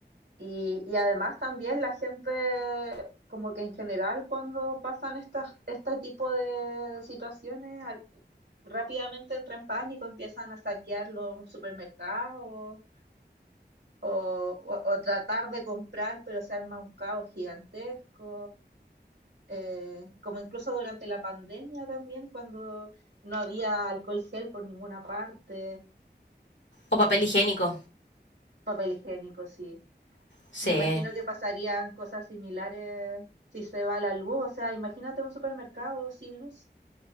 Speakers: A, on the right (about 75°); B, on the left (about 85°).
A: Y, y además también la gente, como que en general cuando pasan estas, este tipo de situaciones, al- rápidamente entra en pánico, empiezan a saquear los supermercados o, o- o tratar de comprar, pero se arma un caos gigantesco, eh, como incluso durante la pandemia también, cuando no había alcohol gel por ninguna parte,
B: O papel higiénico.
A: papel higiénico, sí.
B: Sí.
A: Me imagino que pasarían cosas similares si se va la luz, o sea, imagínate un supermercado sin luz,